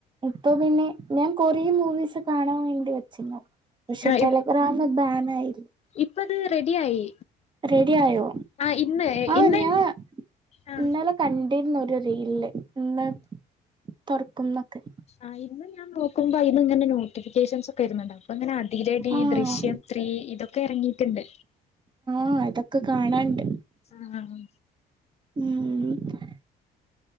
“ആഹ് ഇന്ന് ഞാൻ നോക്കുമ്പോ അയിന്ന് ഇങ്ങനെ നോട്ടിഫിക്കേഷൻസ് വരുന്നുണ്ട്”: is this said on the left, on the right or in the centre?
Left